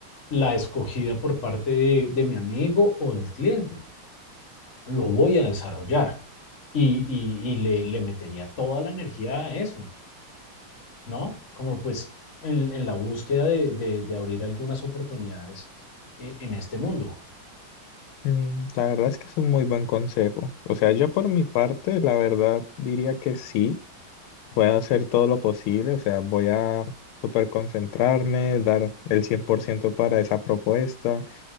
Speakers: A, on the left; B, on the left.
A: la escogida por parte de, de mi amigo o del cliente. Lo voy a desarrollar y, y- y le, le metería toda la energía a eso, ¿no? Como pues en, en la búsqueda de, de- de abrir algunas oportunidades eh, en este mundo.
B: Mm, La verdad es que es un muy buen consejo. O sea, yo por mi parte, la verdad diría que sí. voy a hacer todo lo posible, o sea, voy a super concentrarme, dar el 100% para esa propuesta